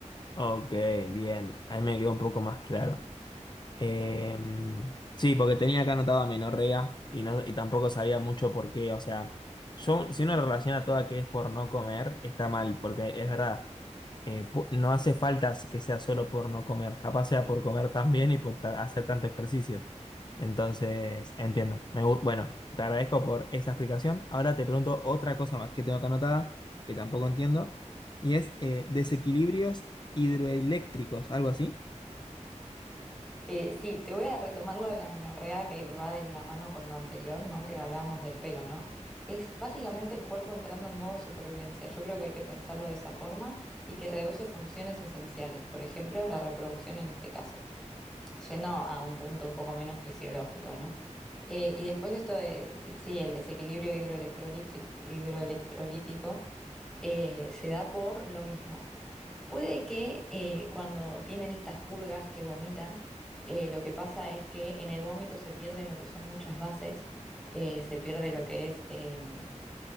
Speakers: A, on the left; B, in the centre.
A: Ok, bien, ahí me quedó un poco más claro. Eh, sí, porque tenía acá anotado amenorrea y, no, y tampoco sabía mucho por qué, o sea, yo si uno relaciona toda que es por no comer, está mal, porque es verdad. eh, pu- no hace falta que sea solo por no comer, capaz sea por comer tan bien y por ta- hacer tanto ejercicio. Entonces, entiendo. Me gu- bueno, te agradezco por esa explicación. Ahora te pregunto otra cosa más que tengo acá anotada, que tampoco entiendo, y es eh, desequilibrios hidroeléctricos, algo así.
B: Eh, sí, te voy a retomar lo de la menorrea que va de la mano con lo anterior, ¿no? Que hablábamos del pelo, ¿no? Es básicamente el cuerpo entrando en modo supervivencia. Yo creo que hay que pensarlo de esa forma y que reduce funciones esenciales, por ejemplo, la reproducción en este caso, yendo a un punto un poco menos fisiológico, ¿no? Eh, y después esto de, sí, el desequilibrio hidroelectrolítric- hidroelectrolítico eh, se da por lo mismo. Puede que eh, cuando tienen estas purgas que vomitan, eh, lo que pasa es que en el vómito se pierden lo que son muchas bases, eh, se pierde lo que es, em,